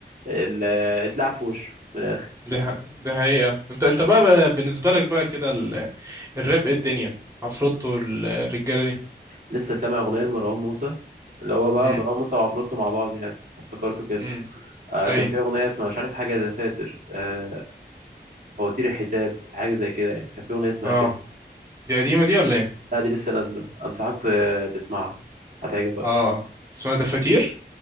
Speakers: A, on the right; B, on the right.
A: ال- اتلعب في وشه من الآخر
B: دي ح... دي حقيقة انت انت بقى, بقى بالنسبة لك بقى كده ال... الراب ايه الدنيا عفروتو الرجالة دي
A: لسه سامع اغنيه لمروان موسى اللي هو بقى
B: امم
A: مروان موسى وعفروتو مع بعض يعني افتكرته كده
B: امم
A: آه
B: اي
A: كان في اغنيه اسمها مش عارف حاجه دفاتر آه فواتير الحساب حاجه زي كده يعني كان في اغنيه اسمها
B: اه
A: كده
B: دي قديمة دي ولا ايه
A: لا دي لسه نازله انصحك ت- تسمعها هتعجبك
B: اه اسمها دفاتير